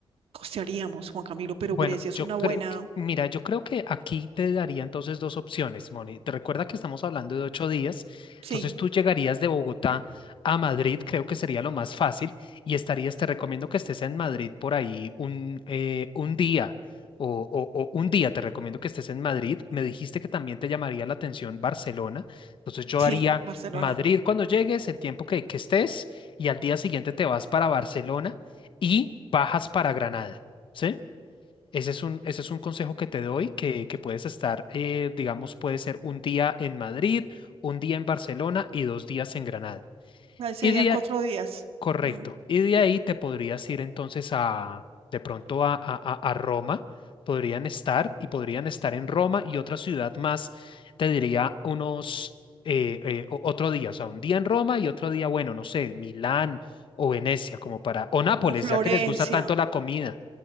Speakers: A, on the right; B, on the left.
A: costearíamos, Juan Camilo, pero
B: Bueno,
A: Grecia
B: yo
A: es una
B: creo
A: buena,
B: que, mira, yo creo que aquí te daría entonces dos opciones, Moni. Te Recuerda que estamos hablando de ocho días, entonces
A: sí,
B: tú llegarías de Bogotá a Madrid, creo que sería lo más fácil, y estarías, te recomiendo que estés en Madrid por ahí un, eh, un día, o, o- o un día te recomiendo que estés en Madrid. Me dijiste que también te llamaría la atención Barcelona, entonces yo
A: sí,
B: haría
A: Barcelona.
B: Madrid cuando llegues, el tiempo que, que estés, y al día siguiente te vas para Barcelona y bajas para Granada. ¿sí? Ese es un, ese es un consejo que te doy, que, que puedes estar, eh, digamos, puede ser un día en Madrid, un día en Barcelona y dos días en Granada.
A: Ahí serían
B: Y día,
A: cuatro días,
B: correcto.
A: mm,
B: Y de ahí te podrías ir entonces a, de pronto a, a, a a Roma. Podrían estar y podrían estar en Roma y otra ciudad más, te diría unos, eh, eh, o- otro día, o sea, un día en Roma y otro día, bueno, no sé, Milán o Venecia, como para, o Nápoles,
A: Como Florencia,
B: ya que les gusta tanto la comida